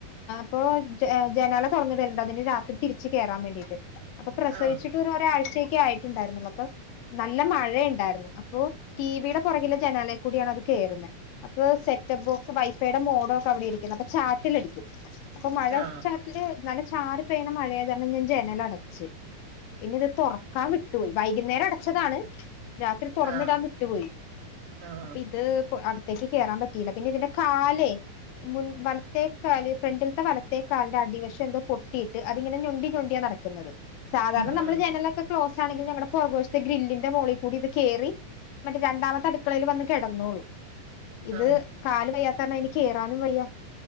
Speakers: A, on the left; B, on the right.
A: ഇപ്പൊ ജ ജനാല തൊറന്നിടേണ്ട് അതിന് രാത്രി തിരിച്ച് കയറാൻ വേണ്ടീയിട്ട് അപ്പൊ പ്രസവിച്ചിട്ട്
B: ആഹ്
A: ഒരു ഒരാഴ്ച്ചെയി ക്കെ ആയിട്ടുണ്ടായിരുന്നുള്ളു അപ്പൊ നല്ല മഴയിണ്ടായിരുന്നു അപ്പൊ ടിവിയുടെ പുറകിലെ ജനാലെ കൂടിയാണ് അത് കേറുന്നെ അപ്പൊ സെറ്റബോ ക്ക് വൈഫൈയുടെ മോഡോക്കെ അവിടേരിക്ക്ന്ന് അപ്പൊ ചാറ്റലടിക്കും അപ്പൊ മഴച്ചാറ്റല്
B: ആഹ്
A: നല്ല ചാറ് പെയ്യ്ണ മഴയതാരണം ഞാന് ജനലടച്ച് പിന്നൊരെ തൊറക്കാൻ വിട്ടോയി വൈകുന്നേരട ച്ചതാണ് രാത്രി തൊറന്നിടാൻ
B: ആഹ്
A: വിട്ടുപോയി
B: ആഹ്
A: അപ്പൊ ഇത്പ്പൊ അട തിരിച്ച് കേറാ പറ്റിയില്ല പിന്നെതിന്റെ കാലേ മുൻ വലത്തേക്കാല് ഫ്രണ്ടില്ത്തെ വലത്തേക്കാല്ന്റെ അടിവശം എന്തോ പൊട്ടിയിട്ട് അതിങ്ങനെ ഞൊണ്ടി ഞൊണ്ടിയാ നടക്ക്ന്നത് സാധാരണ
B: ആഹ്
A: നമ്മള് ജനലൊക്കെ ക്ലോസ് ആണെങ്കിൽ ഞങ്ങള്ടെ പൊറക് വശത്തെ ഗ്രില്ലിന്റെ മോളിൽ കൂടി ഇത് കേറി മറ്റേ രണ്ടാമത്തെ അടുക്കളേൽ വന്ന് കെടന്നോളും ഇത്
B: ആഹ്
A: കാല വയ്യാതാരണം അയിന് കേറാനും വയ്യ